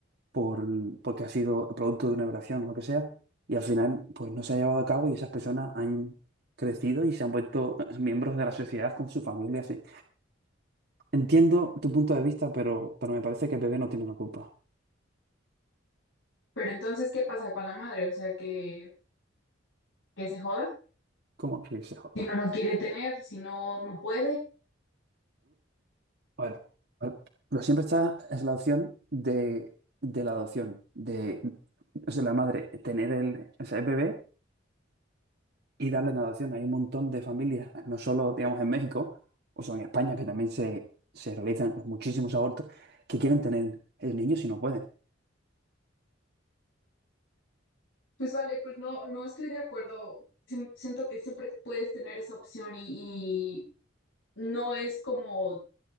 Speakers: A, on the right; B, on the left.
A: por, porque ha sido producto de una violación o lo que sea, y al final pues no se ha llevado a cabo y esas personas han crecido y se han vuelto <laughs> miembros de la sociedad con su familia, así. Entiendo tu punto de vista, pero, pero me parece que el bebé no tiene una culpa.
B: Pero entonces, ¿qué pasa con la madre? O sea, que, que se joda,
A: ¿Cómo que se joda?
B: si no lo quiere tener, si no, no puede.
A: Bueno, bueno, pero siempre está es la opción de, de la adopción, de, o sea, la madre tener el, o sea, el bebé y darle en adopción. Hay un montón de familias, no solo, digamos, en México, o sea, en España, que también se, se realizan muchísimos abortos, que quieren tener el niño si no pueden.
B: Pues vale, pues no, no estoy de acuerdo. Siem- Siento que siempre puedes tener esa opción y, y no es como